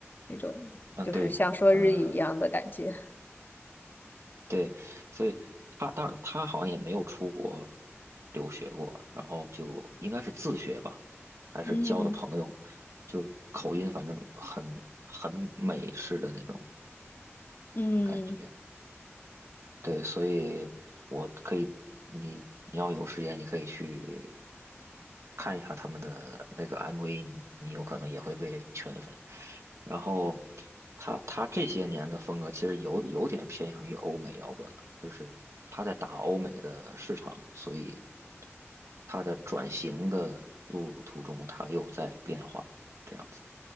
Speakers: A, on the left; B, on the right.
A: 那种，
B: 嗯，
A: 就是像说日语一样的感觉。
B: 对，呃，对，所以他当然他好像也没有出国留学过，然后就应该是自学吧，还是交的朋友，
A: 嗯
B: 就口音反正很很美式的那种
A: 嗯。
B: 感觉。对，所以我可以，你你要有时间，你可以去看一下他们的那个 MV，你有可能也会被圈粉。然后他他这些年的风格其实有有点偏向于欧美摇滚了，就是他在打欧美的市场，所以他的转型的路途中，他又在变化，这样子。